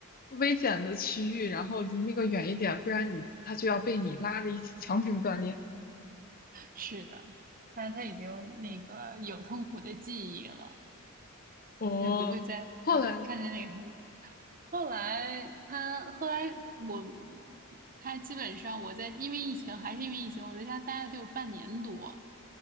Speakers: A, on the left; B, on the right.
A: 危险的区域，然后离那个远一点，不然你他就要被你拉着一起强行锻炼。
B: 是的，但是他已经那个有痛苦的记忆了，
A: 哦，
B: 他就不会再
A: 后来，
B: 看见那个他就。后来他后来我他基本上我在因为疫情还是因为疫情，我在家待了得有半年多，